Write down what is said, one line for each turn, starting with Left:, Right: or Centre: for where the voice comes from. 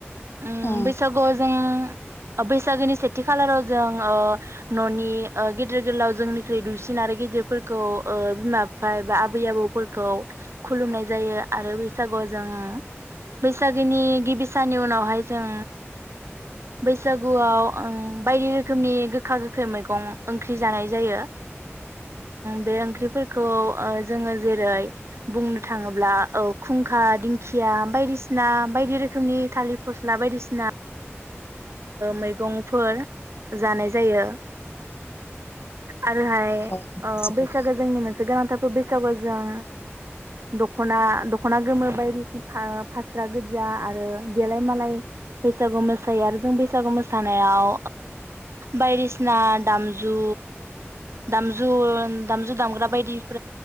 Right: उम
Left: अ
Right: बैसागो जों बैसागोनि सेथि खालाराव जों न'नि गेदेर गोलाव जोंनिख्रुइ दुइसिन आरो गिदिरफोरखौ बिमा बिफा एबा आबै आबौफोरखौ खुलुमनाय जायो आरो बैसागुआव जों बैसागोनि गिबि सानि उनावहाय जों बैसागुआव बायदि रोखोमनि गोखा गोखै मैगं ओंख्रि जानाय जायो। बे ओंख्रिफोरखौ जोङो जेरै बुंनो थाङोब्ला खुंखा दिंखिया बायदिसिना बायसिना बायदि रोखोमनि थालिर फस्ला बायदिसिना मैगंफोर जानाय जायो आरोहाय
Left: औ बुजिदों
Right: बैसागो जोंनि मोनसे गोनांथारफोर बैसागो जों दखना दख'ना गोमो बायदिसिना फास्रा गोजा आरो देलाय मालाय बैसागु मोसायो आरो जों बैसागु मोसानायाव बायदिसिना दामजु दामजु दामजु दामग्रा बायदिफ